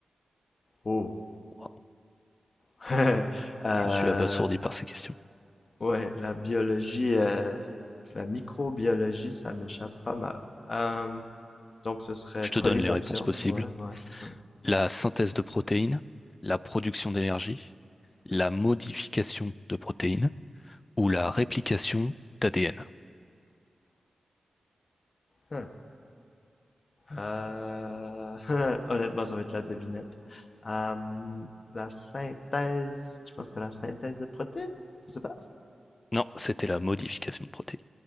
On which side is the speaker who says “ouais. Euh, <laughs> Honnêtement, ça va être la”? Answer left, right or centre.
Left